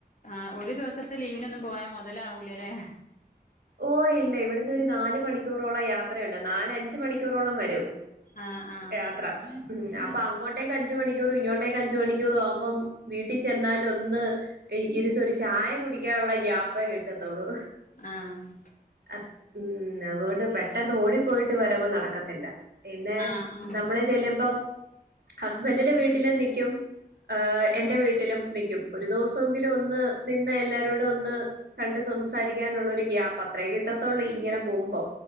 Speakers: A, on the left; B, on the right.
A: ആഹ് ഒരു ദിവസത്തെ ലീവിനൊന്നും പോയാ മൊതലാവൂല്യ ലേ
B: ഓഹ് ഇല്ല ഇവിടന്ന് ഒരു നാല് മണിക്കൂറോളം യാത്രയുണ്ട് നാല അഞ്ച് മണിക്കൂറോളം വരും.
A: ആഹ് ആഹ്
B: യാത്ര ഉം അപ്പ അങ്ങോട്ടേക്ക് അഞ്ച് മണിക്കൂറും ഇങ്ങോട്ടേക്ക് അഞ്ച് മണിക്കൂറും ആവുമ്പം വീട്ടിൽ ചെന്നാൽ ഒന്ന് ഈ ഇരുന്ന് ഒരു ചായ കുടിക്കാനുള്ള ഗ്യാപ്പേ കിട്ടത്തൊള്ളൂ.
A: ആഹ്
B: അഹ് ഉം അതോണ്ട് പെട്ടെന്ന് ഓടിപ്പോയിട്ട് വരവ് നടക്കത്തില്ല പിന്നെ
A: ആഹ് ആഹ്
B: നമ്മള് ചെല്ലുമ്പം ഹസ്ബൻഡിന്റെ വീട്ടിലും നിക്കും ഏഹ് എന്റെ വീട്ടിലും നിക്കും ഒരു ദിവസോങ്കിലും ഒന്ന് നിന്ന് എല്ലാരോടും ഒന്ന് കണ്ട് സംസാരിക്കാനുള്ളൊരു ഗ്യാപ്പ് അത്രേ കിട്ടത്തോള്ളൂ ഇങ്ങനെ പോവുമ്പോ.